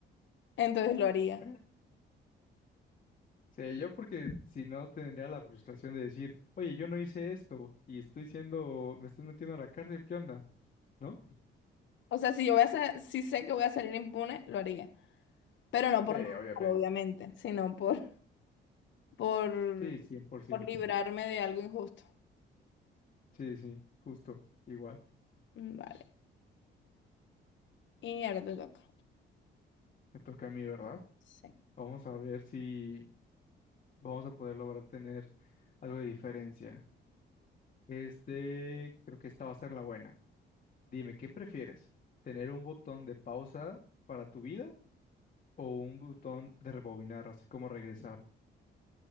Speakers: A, on the left (about 70°); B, on the left (about 45°).
A: Entonces lo haría.
B: es- Sí, yo porque si no tendría la frustración de decir, oye, yo no hice esto y estoy siendo, me estás metiendo a la cárcel, ¿qué onda? ¿No?
A: O sea, si yo voy a, sa- si sé que voy a salir impune, lo haría. Pero no por
B: Sí,
A: nada,
B: obviamente.
A: malo, obviamente, sino por, por,
B: Sí, cien por ciento
A: por librarme de algo injusto.
B: Sí, sí, justo, igual.
A: Mm, Vale. Y ahora te toca.
B: Me toca a mí, ¿verdad?
A: Sí.
B: Vamos a ver si vamos a poder lograr tener algo de diferencia. Este, creo que esta va a ser la buena. Dime, ¿qué prefieres? ¿Tener un botón de pausa para tu vida o un botón de rebobinar, así como regresar?